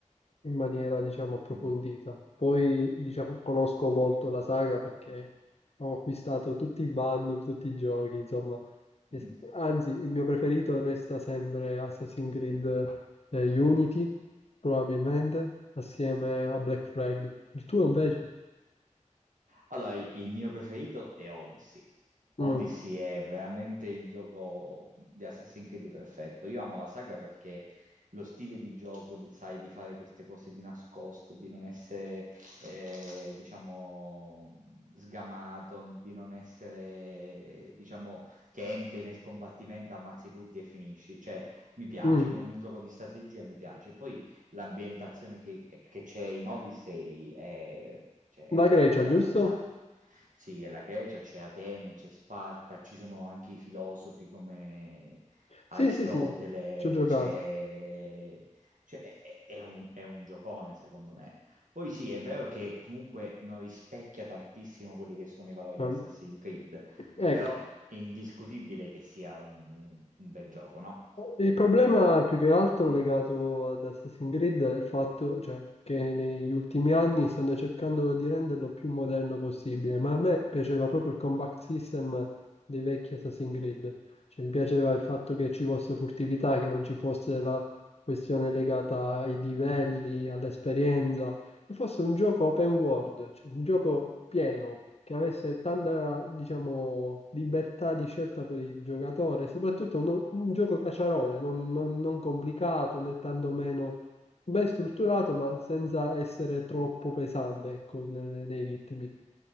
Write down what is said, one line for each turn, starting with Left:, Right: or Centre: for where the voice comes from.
Left: in maniera, diciamo, approfondita.
Right: Mm.
Left: Poi, diciamo, conosco molto la saga perché ho acquistato tutti i bundle, tutti i giochi, insomma. E-
Right: Mm.
Left: Anzi, il mio preferito resta sempre Assassin's Creed eh, Unity, probabilmente, assieme a Black Flag. Il tuo invece?
Right: Allora, il il mio preferito è Odyssey. Odyssey
Left: Mm,
Right: è veramente il gioco di Assassin's Creed perfetto. Io amo la saga perché lo stile di gioco, di- sai, di fare queste cose di nascosto, di non essere, eh, diciamo, sgamato, di non essere, diciamo, che entri nel combattimento, ammazzi tutti e finisci. Cioè, mi piace,
Left: mm.
Right: è un gioco di strategia mi piace. Poi l'ambientazione che, che c'è in Odyssey è, cioè, è
Left: La
Right: meravigliosa,
Left: Grecia, giusto?
Right: sai? Sì, è la Grecia, c'è Atene, c'è Sparta, ci sono anche i filosofi come Aristotele,
Left: Sì, sì, sì, ci ho giocato.
Right: c'è... cioè, è, è- è un, è un giocone, secondo me. Poi sì, è vero che comunque non rispecchia tantissimo quelli che sono i valori
Left: Ma-
Right: di Assassin's Creed,
Left: Ecco,
Right: però è indiscutibile che sia un, un bel gioco, no?
Left: Il problema è più che altro legato ad Assassin's Creed è il fatto, cioè, che negli ultimi anni stanno cercando di renderlo più moderno possibile, ma a me piaceva proprio il combat system dei vecchi Assassin's Creed. Cioè, mi piaceva il fatto che ci fosse furtività, che non ci fosse la questione legata ai livelli, all'esperienza, che fosse un gioco open world, cioè un gioco pieno, che avesse tanta, diciamo, libertà di scelta per il giocatore, soprattutto no- un gioco caciarone, non, non- non complicato né tantomeno ben strutturato, ma senza essere troppo pesante, ecco, nelle- nei ritmi.